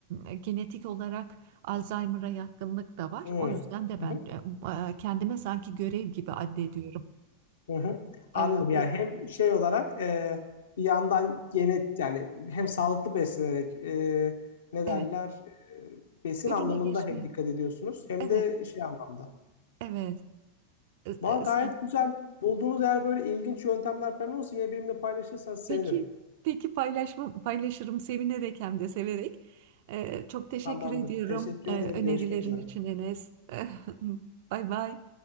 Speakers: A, on the right; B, on the left.
A: e, genetik olarak Alzheimer'a yatkınlık da var.
B: Hmm.
A: O yüzden de
B: Hı
A: ben
B: hı.
A: e, e, kendime sanki görev gibi addediyorum.
B: hı hı. Anladım.
A: E,
B: Yani
A: o-
B: hem şey olarak e, bir yandan genet yani hem sağlıklı beslenerek e, ne derler
A: evet,
B: e, besin
A: önüne
B: anlamında
A: geçmeyi.
B: hem dikkat ediyorsunuz hem
A: Evet,
B: de şey anlamda.
A: evet. E, e,
B: Valla gayet
A: sen-
B: güzel. Bulduğunuz eğer böyle ilginç yöntemler falan olsa yine benimle paylaşırsanız sevinirim.
A: peki, peki paylaşım, paylaşırım sevinerek hem de severek. E, çok teşekkür
B: Tamamdır.
A: ediyorum
B: Teşekkür
A: e,
B: ederim.
A: önerilerin
B: Görüşmek üzere.
A: için Enes. <laughs> Bay bay.